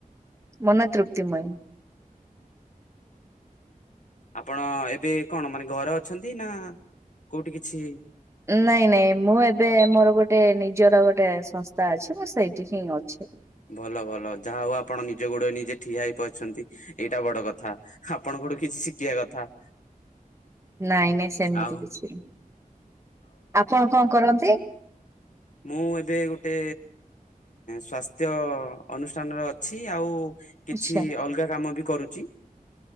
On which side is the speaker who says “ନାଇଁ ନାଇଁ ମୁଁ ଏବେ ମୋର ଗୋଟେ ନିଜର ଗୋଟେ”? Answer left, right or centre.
Right